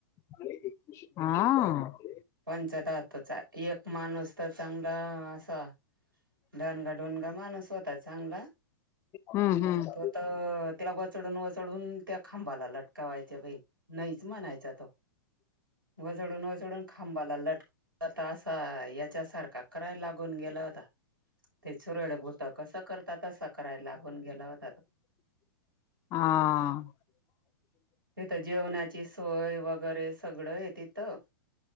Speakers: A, on the left; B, on the right.
A: हां.
B: पंचधातूचा. एक माणूस तर चांगला असा डाणगा डोणगा मानुस होता चांगला.
A: हम्म हम्म.
B: तो तर त्याला वचडून वचडून त्या खांबाला लटकावायचे बाई. नाहीच म्हणायचा तो, वचडून वचडून खांबाला लटक आता असा याच्यासारखा, कराय लागून गेला होता. ते चुरड भूता कसं करता तसं करायला लागून गेला होत
A: हां.
B: तिथं जेवणाची सोय वगैरे सगळं हाय तिथं.